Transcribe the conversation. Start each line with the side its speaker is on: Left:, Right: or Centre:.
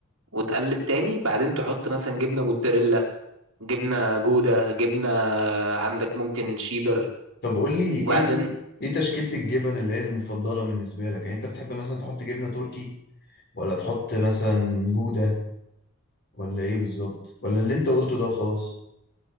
Right: وتقلب تاني بعدين تحط مثلا جبنة موتزاريلا جبنة جودة جبنة آه، عندك ممكن شيدر
Left: طب قول لي
Right: وبعدين
Left: ايه ايه تشكيلة الجبن اللي هي المفضلة بالنسبة لك يعني انت بتحب مثلا تحط جبنة تركي ولا تحط مثلا جودة ولا ايه بالظبط ولا اللي انت قلته ده وخلاص